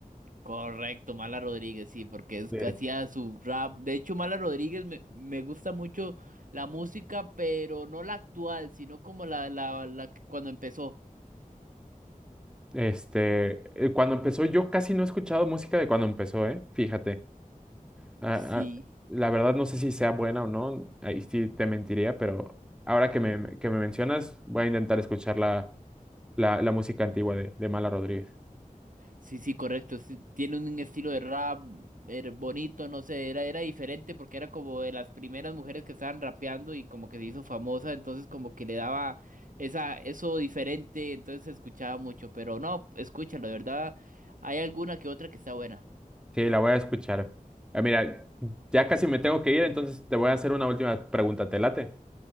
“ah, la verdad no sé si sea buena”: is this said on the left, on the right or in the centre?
Centre